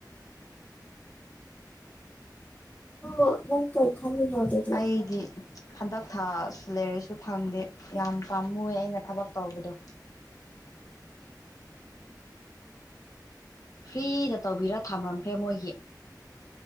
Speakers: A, on the left; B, on the left.
A: ꯣ ꯅꯪ ꯀꯩ ꯈꯥ ꯌꯥꯗ ꯑꯗꯨꯣ
B: ꯑꯩꯗꯤ ꯍꯟꯗꯛ ꯊꯥꯁꯨ ꯂꯩꯔꯁꯨ ꯐꯪꯗꯦ ꯌꯥꯝ ꯄꯥꯝꯃꯨꯑ ꯑꯩꯅ ꯊꯕꯛ ꯇꯧꯕꯗꯣ <unintelligible> ꯐ꯭ꯔꯤꯗ ꯇꯧꯕꯤꯔ ꯊꯝꯂꯝꯝꯈ꯭ꯔꯦ ꯃꯣꯏꯒꯤ